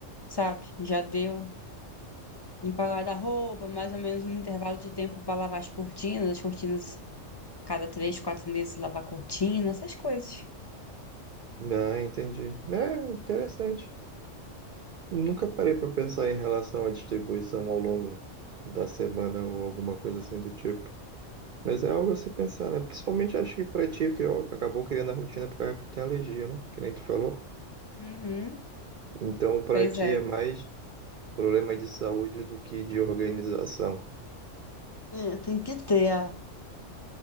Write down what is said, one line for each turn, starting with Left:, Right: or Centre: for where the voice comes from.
Left: sabe, já deu. Limpar o guarda-roupa, mais ou menos um intervalo de tempo para lavar as cortinas, as cortinas, cada três, quatro meses lavar a cortina, essas coisas.
Right: Ah, entendi. É, interessante. Nunca parei pra pensar em relação à distribuição ao longo da semana ou alguma coisa assim do tipo. Mas é algo a se pensar, né? Principalmente acho que pra ti, que acabou criando a rotina por causa que tu tem alergia, né? Que nem tu falou.
Left: Uhum,
Right: Então, pra
Left: pois
Right: ti
Left: é.
Right: é mais problema de saúde do que de organização.
Left: É, tem que ter a